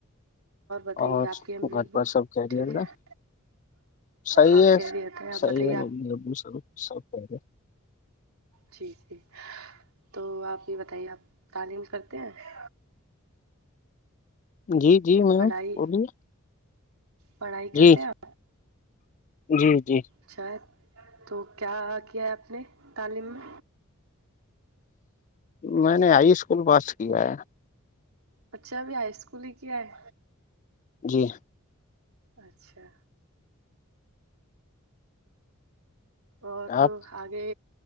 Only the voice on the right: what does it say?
بتائیے
آپ کی امی
ابو
ٹھیک ہے
ہاں
خیریت آپ
بتائیے
آپ
جی جی تو آپ یہ بتائیے آپ تعلیم کرتے ہیں
پڑھائی
پڑھائی
کرتے ہیں آپ
اچھا تو کیا کیا ہے آپ نے تعلیم میں
بچے اب ہائی اسکول ہی کیا ہے
اچھا اور تو
آگے